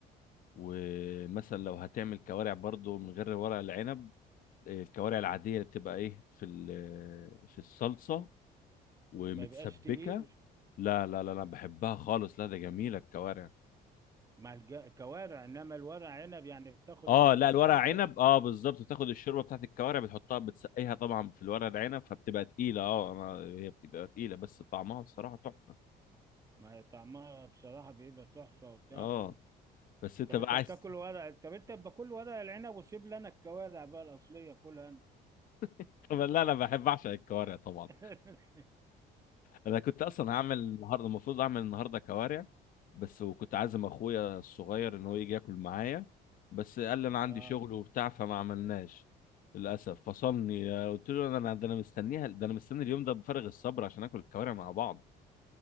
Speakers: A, on the left (about 55°); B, on the right (about 20°).
A: ومثلا لو هتعمل كوارع برضو من غير ورق العنب إيه، الكوارع العاديه اللي بتبقى ايه في ال- في الصلصه ومتسبكه
B: ما يبقاش تقيل
A: لا لا لا لا بحبها خالص لا ده جميله الكوارع
B: مع الج... كوارع انما الورق عنب يعني بتاخد
A: اه
B: الشوربه
A: لا الورق عنب اه بالظبط بتاخد الشوربه بتاعت الكوارع بتحطها بتسقيها طبعا في الورق العنب فبتبقى تقيله اه انا هي بتبقى تقيله بس طعمها الصراحه تحفه
B: ما هي طعمها بصراحه بيبقى تحفه وبتاع
A: اه
B: بل...
A: بس انت
B: طب
A: بقى
B: انت
A: عايز
B: بتاكل ورق طب انت باكل ورق العنب وسيب لنا الكوارع بقى الاصليه كلها انت.
A: <laughs> طب لا انا بحب اعشق الكوارع طبعا
B: <laughs>
A: انا كنت اصلا هعمل النهارده المفروض اعمل النهارده كوارع بس وكنت عازم اخويا الصغير ان هو يجي ياكل معايا بس قال لي انا عندي
B: اه
A: شغل وبتاع فما عملناش للاسف فصلني قلت له انا ده انا مستنيها ده انا مستني اليوم ده بفارغ الصبر عشان اكل الكوارع مع بعض